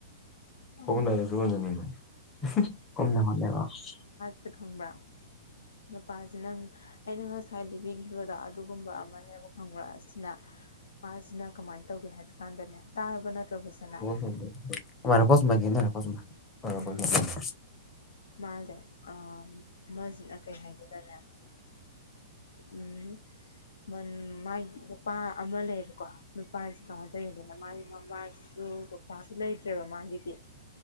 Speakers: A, on the left; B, on the left.
A: <unintelligible>
B: ꯎꯝ ꯁ ꯈꯪꯕ꯭ꯔ ꯅꯨꯄꯥꯁ‌ꯦ ꯅꯪ ꯑꯩꯅ ꯉꯁꯥꯏ ꯂꯤꯕꯤꯈꯤꯕꯗꯣ ꯑꯗꯨꯒꯨꯝꯕ ꯑꯃꯅꯦꯕ ꯈꯪꯕꯔꯥ ꯅ ꯃꯥꯁꯤꯅ ꯀꯃꯥꯏꯅ ꯇꯧꯒꯦ ꯍꯥꯏꯕ ꯀꯥꯟꯗꯅꯦ ꯇꯥꯔꯕ ꯅꯠꯇ꯭ꯔ‌ꯣ ꯐꯖꯅ
A: <unintelligible> <unintelligible>
B: ꯎꯝ ꯃꯥꯁꯦ ꯑ ꯃꯁꯤꯅ ꯀꯩ ꯍꯥꯏꯒ‌ꯦꯗꯅ‌ꯦ ꯎꯝ ꯃ ꯃꯥꯏ ꯅꯨꯄꯥ ꯑꯃ ꯂꯩꯌꯦꯕꯀꯣ ꯅꯨꯄꯥꯁꯤ ꯀꯃꯥꯏ‌ ꯇꯧꯒ‌ꯦꯗꯅ‌ꯦ ꯃꯥꯒꯤ ꯃꯃꯥꯁꯤ ꯗ‌ꯣ ꯄꯄꯥꯁꯨ ꯂꯩꯇꯔ‌ꯦꯕ ꯃꯥꯒꯤꯗꯤ